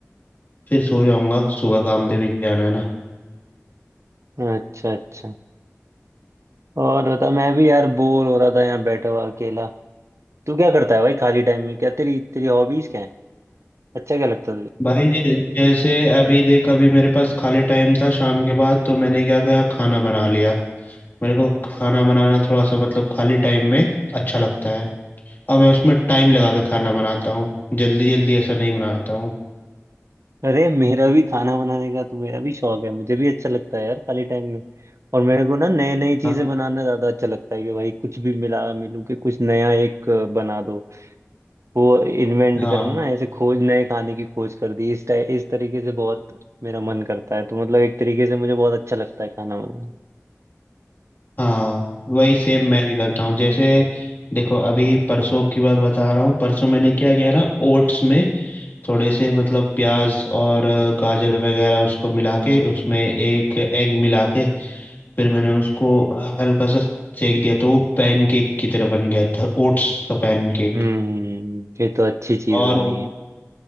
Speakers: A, on the left; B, on the right.
A: फिर सो जाऊंगा सुबह काम पे भी जाना है ना
B: है अच्छा अच्छा और बता मैं भी यार बोर हो रहा था यहाँ बैठा हुआ अकेला तू क्या करता है भाई खाली टाइम में क्या तेरी तेरी हॉबीज क्या है अच्छा क्या लगता है तुझे
A: भाई जै, जैसे अभी देख अभी मेरे पास खाली टाइम था शाम के बाद तो मैंने क्या किया खाना बना लिया मेरे को खाना बनाना थोड़ा सा मतलब खाली टाइम में अच्छा लगता है और मैं उसमें टाइम लगा के खाना बनाता हूँ जल्दी जल्दी ऐसा नहीं बनाता हूँ
B: अरे मेरा भी खाना बनाने का तो मेरा भी शौक है मुझे भी अच्छा लगता है यार खाली टाइम में और मेरे को ना नई नई चीजें
A: हाँ
B: बनाना ज्यादा अच्छा लगता है कि भाई कुछ भी मिला मिलू के कुछ नया एक अ, बना दो वो इन्वेंट
A: हाँ।
B: करना ना ऐसे खोज नए खाने की खोज कर दी इस टाइ- इस तरीके से बहुत मेरा मन करता है तो मतलब एक तरीके से मुझे बहुत अच्छा लगता है खाना बनाना
A: हाँ वही सेम मैं भी करता हूँ जैसे देखो अभी परसों की बात बता रहा हूँ परसों मैंने क्या किया ना ओट्स में थोड़े से मतलब प्याज और अ, गाजर वगैरह उसको मिला के उसमें एक एग मिला के फिर मैंने उसको हल्का सा सेक दिया तो वो पैनकेक की तरह बन गया था ओट्स का पैनकेक
B: हम्म ये तो अच्छी चीज
A: और
B: होनी
A: वो
B: है